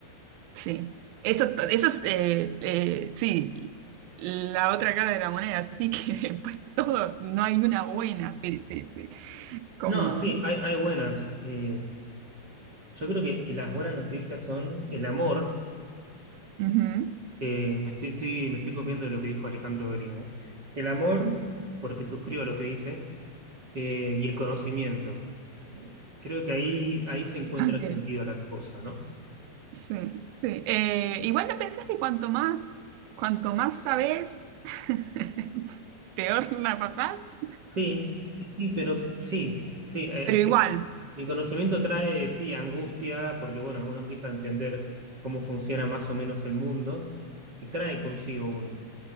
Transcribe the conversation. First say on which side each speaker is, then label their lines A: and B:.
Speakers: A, on the right (about 80°); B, on the right (about 45°).
A: sí. Eso, to- eso es, eh, eh, sí, la otra cara de la moneda, así que <laughs> pues todo, no hay una buena, sí, sí, sí. Como,
B: No, sí, hay, hay buenas. eh, yo creo que, que las buenas noticias son el amor.
A: ujú,
B: eh, me estoy, estoy- me estoy copiando de lo que dijo Alejandro Dolina, ¿eh? El amor, porque suscribo lo que dice, eh, y el conocimiento. Eh, creo que ahí, ahí se encuentra
A: ok,
B: sentido la cosa, ¿no?
A: sí, sí. Eh, igual no pensás que cuanto más, cuanto más sabés, <laughs> peor la pasás,
B: Sí, sí, sí, pero sí, sí, el,
A: pero igual.
B: el conocimiento trae, sí, angustia, porque bueno, uno empieza a entender cómo funciona más o menos el mundo y trae consigo un-